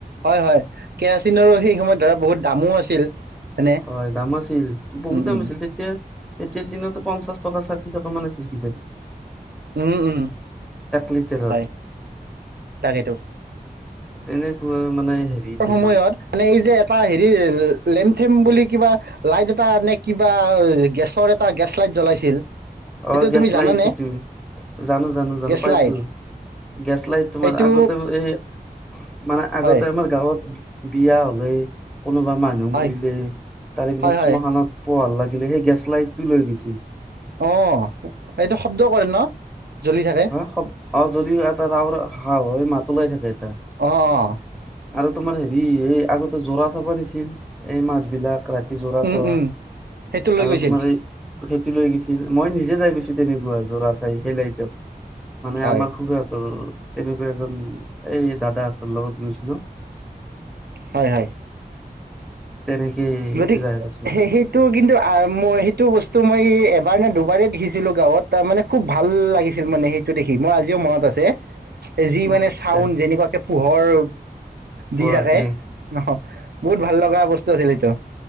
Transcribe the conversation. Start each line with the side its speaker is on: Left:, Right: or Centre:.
Right: হয় হয় কেৰাচিনৰো সেই সময়ত ধৰা বহুত দামো আছিল হয়নে
Centre: হয় দাম আছিল বহুত
Right: উম
Centre: দাম
Right: উম
Centre: আছিল তেতিয়া এতিয়য়া দিনতো পঞ্চাশ টকা ষাঠি টকা মান আছিল কি যে
Right: উম উম
Centre: লিটাৰত।
Right: হয় তাকেইেতো
Centre: তেনেকুৱা মানে হেৰি আছিল
Right: সময়ত মানে এই যে এটা হেৰি লেমথেম বুলি কিবা লাইট এটা নে কিবা গেছৰ এটা গেছ লাইট জ্বলাইছিল সেইটো
Centre: অ গেছ
Right: তুমি জানানে
Centre: লাইট সেইটো জানো জানো জানো
Right: গেছ
Centre: পাইছো
Right: লাইট
Centre: গেছ লাইট তোমাৰ
Right: সেইটো
Centre: আগতে এই মানে আগতে
Right: হয়
Centre: আমাৰ গাঁৱত বিয়া হলে কোনোবা মানুহ
Right: হয়
Centre: মৰিলে তাৰে পিছত
Right: হয় হয়
Centre: শ্মশানত পোহাল লাগিলে সেই গেছ লাইট টো লৈ গৈছিল
Right: অ এইটো শব্দ কৰে ন জ্বলি থাকে
Centre: হ অ যদি এটা ৰাওৰ হাঁ মাত ওলাই থাকে এটা
Right: অঁ অঁ
Centre: আৰু তোমাৰ হেৰি এই আগতে জোৰা চাবা দিছিল এই মাছ বিলাক ক ৰাতি জৰাছ
Right: উম
Centre: হ
Right: উম সেইটো লৈ
Centre: আৰু
Right: গৈছিল
Centre: তোমাৰ খেতি লৈ গৈছিল মই নিজে যাই গৈছো তেনেকুৱা জোৰা চাই সেই লাইটত মানে
Right: হয়
Centre: আমাৰ সুুৰতৰ তেনেকুৱা এজন এই দাদাহঁতৰ লগত গৈছিলো
Right: হয় হয়
Centre: তেনেকে
Right: গতিক
Centre: যাই পাইছো মানে
Right: স সেইটো কিন্তু মই সেইটো বস্তু মই এবাৰ নে দুবাৰে দেখিছো ছিলো গাঁৱত তাৰ মানে খুব ভাল লাগিছিল মানে সেইটো দেখি মোৰ আজিও মনত আছে। যি
Centre: মনত
Right: মানে চাউন
Centre: আছে
Right: যেনেকুৱাকে পোহৰ
Centre: পোহৰ
Right: দি থাকে
Centre: দিয়ে
Right: ন বহুত ভাল লগা বস্তু আছিল এইটো